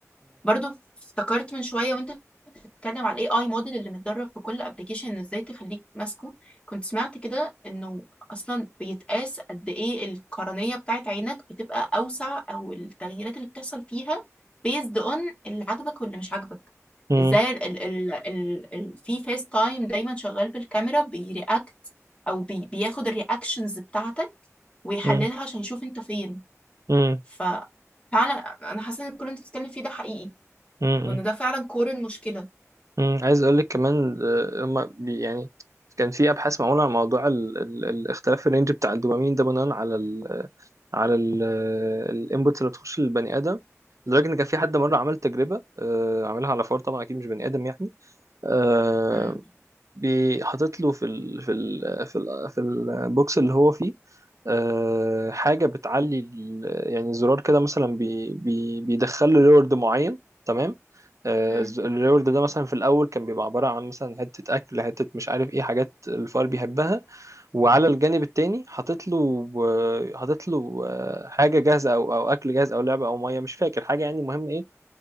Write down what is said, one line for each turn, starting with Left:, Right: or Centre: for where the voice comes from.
Left: برضو افتكرت من شوية وانت اتكلم على الاي اي موديل اللي متدرب في كل ابلكيشن ان ازاي تخليك ماسكه كنت سمعت كده انه اصلا بيتقاس قد ايه القرنية بتاعت عينك بتبقى اوسع او التغييرات اللي بتحصل فيها based on اللي عاجبك واللي مش عاجبك
Right: مم،
Left: ازاي ال ال ال ال في فيس تايم دايما شغال بالكاميرا بيرياكت او بي بياخد الرياكشنز بتاعتك ويحللها
Right: مم،
Left: عشان يشوف انت فين
Right: مم،
Left: ف فعلا انا حاسه ان كل اللي انت بتتكلم فيه ده حقيقي
Right: مم،
Left: وان ده فعلا كور المشكله
Right: مم. عايز اقول لك كمان آه، هما بي يعني كان في ابحاث معموله عن موضوع ال ال الاختلاف الرينج بتاع الدوبامين ده بناء على ال على الانبوتس اللي بتخش للبني ادم لدرجه ان كان في حد مره عمل تجربه آه، عملها على فار طبعا اكيد مش بني ادم يعني آه،
Left: مم.
Right: بيحاطط له في ال في ال في ال في البوكس اللي هو فيه آه، حاجة بتعلي ال- يعني زرار كده مثلا بي بي بيدخل له ريورد معين تمام آه،
Left: مم.
Right: الز- الريورد ده مثلا في الأول كان بيبقى عبارة عن مثلا حتة أكل حتة مش عارف إيه حاجات الفار بيحبها وعلى الجانب التاني حاطط له آه، حاطط له آه، حاجة جاهزة أو أو أكل جاهز أو لعبة أو مية مش فاكر حاجة يعني مهم إيه